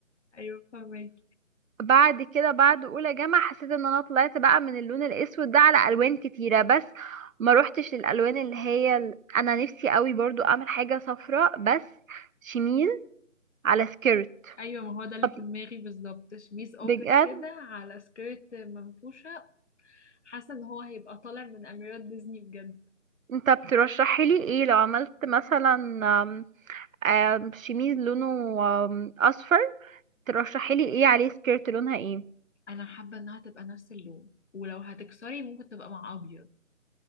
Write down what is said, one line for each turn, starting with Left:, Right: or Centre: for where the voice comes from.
Left: ايوه فاهمك
Right: بعد كده بعد اولى جامعه حسيت ان انا طلعت بقى من اللون الاسود ده على الوان كتيره بس ما روحتش للالوان اللي هي ال- انا نفسي قوي برضو اعمل حاجه صفراء بس شميل على سكيرت
Left: ايوه ما هو ده اللي
Right: طب
Left: في دماغي بالظبط شميس اوبن
Right: بجد
Left: كده على سكيرت منفوشه حاسه ان هو هيبقى طالع من اميرات ديزني بجد
Right: انت بترشحي لي ايه لو عملت مثلا آم، آم، شميز لونه آم، اصفر ترشحي لي ايه عليه سكيرت لونها ايه
Left: انا حابه انها تبقى نفس اللون ولو هتكسري ممكن تبقى مع ابيض